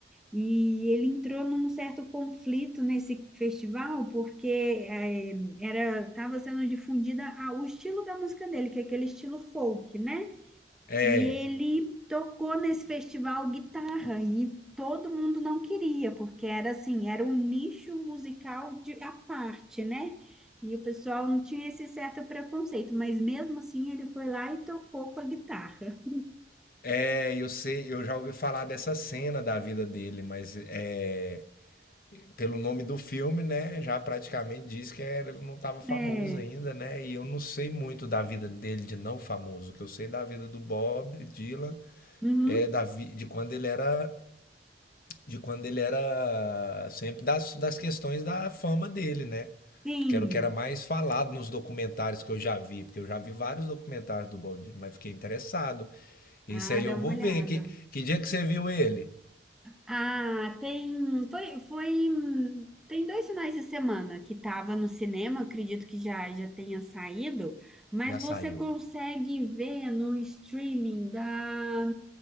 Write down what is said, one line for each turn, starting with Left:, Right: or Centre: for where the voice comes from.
Centre: E ele entrou num certo conflito nesse festival, porque eh, era estava sendo difundida a- o estilo da música dele, que é aquele estilo folk, né?
Left: é.
Centre: E ele tocou nesse festival guitarra e todo mundo não queria, porque era assim, era um nicho musical de à parte, né? E o pessoal não tinha esse certo preconceito, mas mesmo assim ele foi lá e tocou com a guitarra.
Left: É, eu sei, eu já ouvi falar dessa cena da vida dele, mas é. pelo nome do filme, né, já praticamente diz que era- ele não estava famoso
Centre: É.
Left: ainda, né? E eu não sei muito da vida dele de não famoso. O que eu sei da vida do Bob Dylan
Centre: Uhum.
Left: é da vi- de quando ele era de quando ele era sempre das, das questões da fama dele, né?
Centre: Sim.
Left: Porque era o que era mais falado nos documentários que eu já vi, porque eu já vi vários documentários do Bob Dylan, mas fiquei interessado. Isso
Centre: Ah,
Left: aí
Centre: dá
Left: eu vou
Centre: uma olhada.
Left: ver. Que, que dia que você viu ele?
Centre: Ah, tem. Foi, foi. hum, Tem dois finais de semana que tava no cinema, acredito que já, já tenha saído, mas
Left: Já
Centre: você
Left: saiu.
Centre: consegue ver no streaming da,